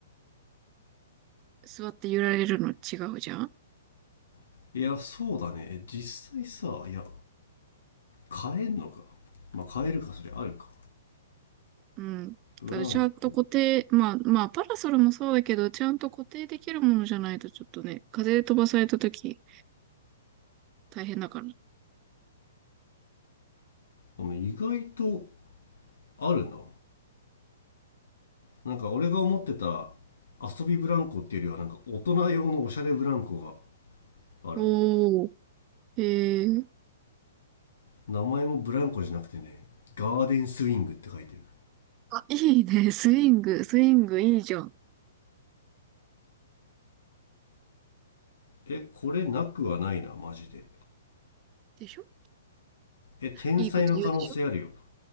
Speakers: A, on the right; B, on the left.
A: 座って揺られるの違うじゃん
B: ないやそうだねえ実際さいや買えんのかまあ買えるかそれあるか
A: うん。だからちゃんと固定、
B: ブランコ
A: まあ、まあ、パラソルもそうだけど、ちゃんと固定できるものじゃないとちょっとね、風で飛ばされた時大変だから。
B: あの意外とあるななんか俺が思ってた遊びブランコっていうよりはなんか大人用のおしゃれブランコがあるわ
A: おー、えー、
B: 名前もブランコじゃなくてねガーデンスイングって書いてる
A: あ、いいね、スイング、スイングいいじゃん。
B: えこれなくはないなマジで
A: でしょ
B: え天才の可能性あるよ
A: いいこと言うでしょ